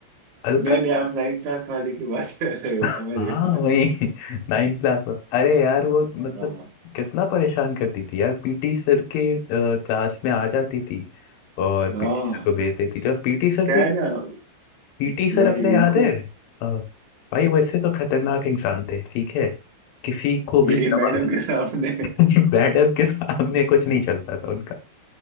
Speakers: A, on the left (about 75°); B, on the right (about 60°).
A: अलका
B: नहीं नहीं आप नाइन्थ क्लास वाले की बात कर रहे हो
A: हाँ
B: समझ गया मैं
A: वही नाइन क्लास में अरे यार
B: हाँ
A: वो मतलब कितना परेशान करती थी यार पीटी सर के क्लास में आ जाती थी और
B: हाँ
A: पीटी सर को भेज देती थी और पीटी सर
B: क्या
A: भी
B: है ना
A: पीटी
B: वही
A: सर अपने याद
B: उनको
A: है अ, भाई वैसे तो खतरनाक इंसान थे ठीक है किसी को भी
B: ये
A: दबा
B: मैडम
A: <laughs>
B: के सामने
A: मैडम के सामने कुछ नहीं चलता था उनका